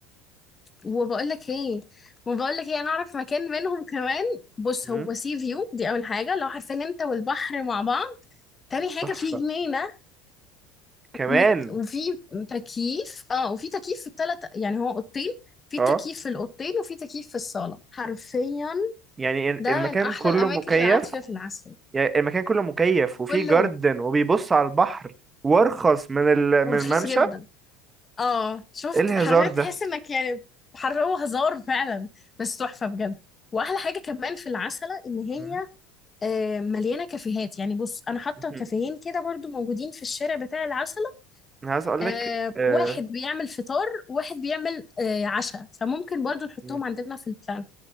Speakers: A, on the left; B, on the right.
A: وبقول لك ايه وبقول لك ايه انا اعرف مكان منهم كمان بص
B: <laughs> مم،
A: هو سي فيو دي اول حاجه لو عارفين انت والبحر مع بعض تاني حاجه
B: تحفه
A: في جنينه
B: كمان
A: ومت... وفي تكييف اه وفي تكييف في الثلاث يعني هو اوضتين في
B: اه
A: تكييف في الاوضتين وفي تكييف في الصاله حرفيا
B: يعني ال-
A: ده
B: المكان
A: من احلى
B: كله
A: الاماكن
B: مكيف
A: اللي قعدت فيها في العسل
B: يعني المكان كله مكيف وفيه
A: كله
B: جاردن وبيبص على البحر وارخص من ال...
A: ورخيص
B: من الممشى
A: جدا اه شفت
B: ايه الهزار
A: حرفيا
B: ده
A: تحس انك يعني حرقوا هزار فعلا بس تحفه بجد واحلى حاجه كمان في العسله ان هي
B: مم.
A: آه، مليانه كافيهات يعني بص انا حاطه كافيهين
B: مم.
A: كده برضو موجودين في الشارع بتاع العسله
B: انا عايز اقول
A: آه،
B: لك آه،
A: واحد بيعمل فطار واحد بيعمل آه، عشاء فممكن برضو نحطهم
B: مم.
A: عندنا في البلان